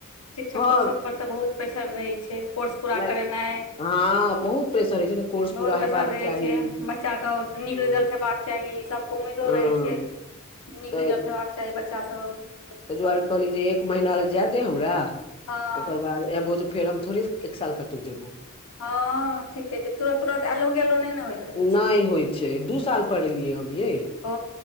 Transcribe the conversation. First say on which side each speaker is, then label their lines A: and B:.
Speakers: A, on the left (about 75°); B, on the left (about 25°).
A: शिक्षको
B: हँ
A: सभपर तऽ बहुत प्रेशर रहै छैय कोर्स पूरा
B: नहि
A: करेनाइ।
B: हँ बहुत प्रेशर होइ छै ने कोर्स
A: बहुत
B: पूरा
A: प्रेशर
B: हेबाक
A: रहै
B: चाही
A: छैय बच्चा के
B: हँ
A: नीक रिजल्ट हेबाक चाही। सबके उम्मीदो
B: हँ
A: रहै छैय नीक
B: तऽ
A: रिजल्ट हेबाक चाही बच्चा सब कोचिंग
B: ताहि दुआरे
A: सबमे
B: कहली जे एक महीना ल जाय दे हमरा
A: हँ
B: ओकर बाद एबो जे फेर हम थोड़े एक साल कतहु जेबौ।
A: हँ ठीके छैय तुरत तुरंत एयलो गेलो नहि ने होइत रहय
B: नहि होइ छैय दु साल पर एलियै हम ये।
A: ओ